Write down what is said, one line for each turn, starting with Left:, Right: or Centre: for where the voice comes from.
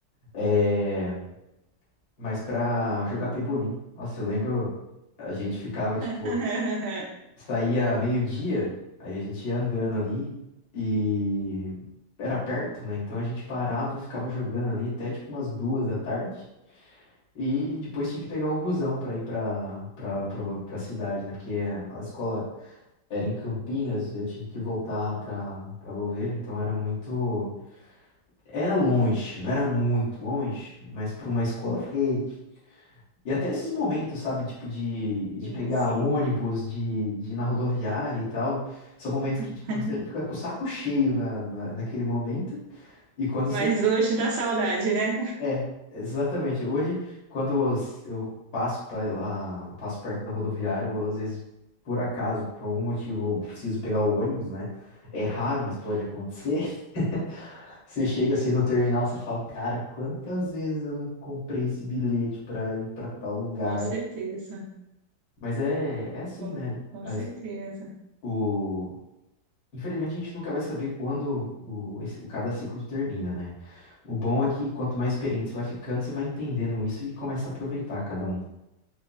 Left: É, mas pra jogar pebolim. Nossa, eu lembro, a gente ficava,
Right: <laughs>
Left: tipo, saía meio-dia, aí a gente ia andando ali e era perto, né? Então a gente parava, ficava jogando ali até tipo umas duas da tarde. E depois tinha que pegar o busão para ir para para para cidade, né? Porque a escola era em Campinas, eu tinha que voltar para para Louveira, então era muito era longe, não era muito longe, mas para uma escola é e até esses momentos, sabe, tipo, de, de
Right: Sim,
Left: pegar
Right: sim,
Left: ônibus,
Right: claro.
Left: de, de ir na rodoviária e tal, são momentos
Right: <laughs>
Left: que, tipo, você fica com o saco cheio na, na, naquele momento. E quando
Right: Mas
Left: você.
Right: hoje dá saudade, né?
Left: É, exatamente. Hoje, quando eu eu passo pra lá, passo perto da rodoviária, eu, às vezes, por acaso, por algum motivo, eu preciso pegar o ônibus, né? É raro, mas pode acontecer. <laughs> Você chega assim no terminal, você fala, cara, quantas vezes eu não comprei esse bilhete pra ir pra tal lugar?
Right: Com certeza,
Left: Mas é, é assim,
Right: com,
Left: né?
Right: com
Left: As-
Right: certeza,
Left: o... Infelizmente a gente nunca vai saber quando o, esse- o cada ciclo termina, né? O bom é que quanto mais experiente você vai ficando, você vai entendendo isso e começa a aproveitar cada um.